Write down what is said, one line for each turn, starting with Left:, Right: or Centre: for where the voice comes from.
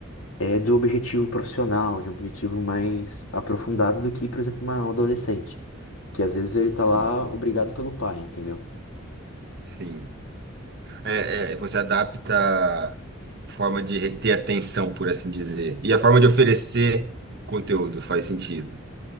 Left: é do objetivo profissional, de um objetivo mais aprofundado do que, por exemplo, uma- um adolescente, que às vezes ele tá lá
Right: Sim.
Left: obrigado pelo pai, entendeu?
Right: Sim. É, é, você adapta a forma de reter atenção, por assim dizer. E a forma de oferecer conteúdo faz sentido.